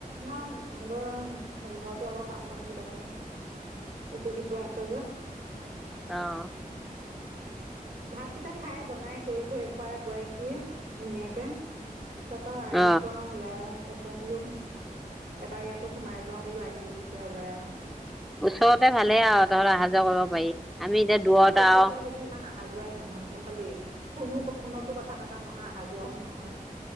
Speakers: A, on the right; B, in the centre.
A: ন হ ঘৰতো আকৌ কাম বন কিবা খিনি ইটো সিটো আছে যে
B: অ '
A: ভাতকেইটা খাই বনাই কৰি থৈ খুৱাই বোৱাই একে ধুনীয়াকে তাপা আহিছো
B: অ
A: আৰু ওলাই তাপা বলো এবাৰ ইয়াতো সোমাই যাও বোলো আহিলো যেতিয়া ওলাই আওঁ।
B: ওচৰতে ভালে আৰু তহত অহা যোৱা কৰিব পাৰি আমি এতিয়া দূৰত
A: মোৰ ওচৰতে
B: আৰু
A: যদিও ইমান অহা যোৱাই নহয় গম পালি ফোনো বৰকে ফোনতো কথা পতা নহয় অহা যোৱাও নহয়।